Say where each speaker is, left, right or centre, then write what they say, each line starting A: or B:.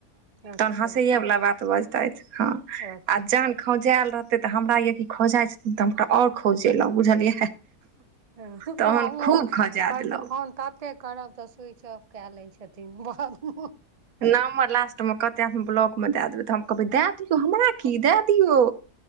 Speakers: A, on the right; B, on the right.
A: अच्छा
B: तहन हँसैए वला बात बजतै हँ
A: अच्छा
B: आ जहन खौंझएल रहतै त हमरा य कि खौंझाय छथिन त हम तऽ आओर खौंजेलो बुझलियै
A: <unintelligible>
B: तहन खूब खौंझा देलहुँ
A: फोन त ते करब तऽ स्विच ऑफ कए लै छथिन बाबु
B: नम्बर लास्ट मे कहते हम ब्लॉक मे दए देबै तऽ हम कहबै दए दियौ हमरा की दए दियौ